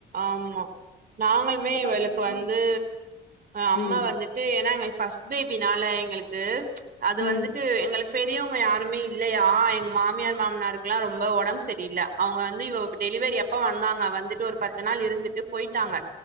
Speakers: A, on the right; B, on the left.
A: ஆமா நாங்களுமே இவளுக்கு
B: பத்து மாசோ
A: வந்து அம்மா
B: ம்
A: வந்துட்டு ஏன்னா எங்களுக்கு பஸ்ட் பேபி னால எங்களுக்கு அது
B: ம்
A: வந்துட்டு எங்களுக் பெரியவங்க யாருமே இல்லயா எங் மாமியார் மாமனருக்லா ரொம்ப ஒடம் சரியில்ல அவங்கந்து இவ டெலிவரி அப் ப்ப வந்தாங்க வந்துட்டு ஒரு பத் த்து நாள் இருந்துட்டு போயிட்டாங்க